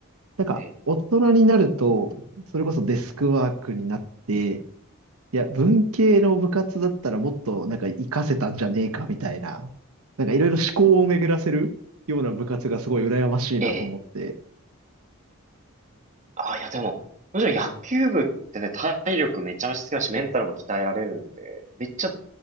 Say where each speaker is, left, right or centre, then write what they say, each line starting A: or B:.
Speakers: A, on the right (about 75°); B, on the right (about 35°).
A: なんか、
B: えええ
A: 大人になると、それこそデスクワークになって、いや、文系の部活だったらもっとなんか活かせたんじゃねえかみたいな、なんかいろいろ思考を巡らせるような部活がすごい羨ましいなと思って。
B: ええああ、いやでも、むしろ野球部ってね、体力めちゃめちゃつきますし、メンタルも鍛えられるんで、めっちゃ、